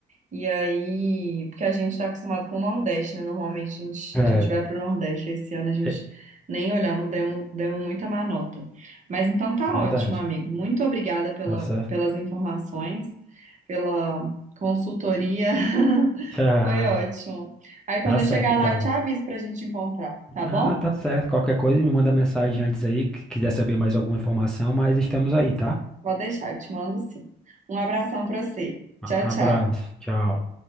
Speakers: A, on the right; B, in the centre.
A: E aí, porque a gente está acostumado com o Nordeste, né? Normalmente a gente,
B: é,
A: a gente vai para o Nordeste. Esse ano a gente
B: é
A: nem olhamos, demos, demos muita má nota. Mas então tá
B: verdade.
A: ótimo, amigo. Muito obrigada pela,
B: Tá certo.
A: pelas
B: <laughs>
A: informações, pela consultoria. <laughs>
B: Ah,
A: Foi ótimo. Aí quando
B: tá
A: eu
B: certo,
A: chegar
B: então.
A: lá, eu te aviso para a gente encontrar, tá
B: Ah,
A: bom?
B: tá certo. Qualquer coisa, me manda mensagem antes aí, que quiser saber mais alguma informação, mas estamos aí, tá?
A: Pode deixar, eu te mando sim. Um abração para você. Tchau,
B: Abraço.
A: tchau.
B: Tchau.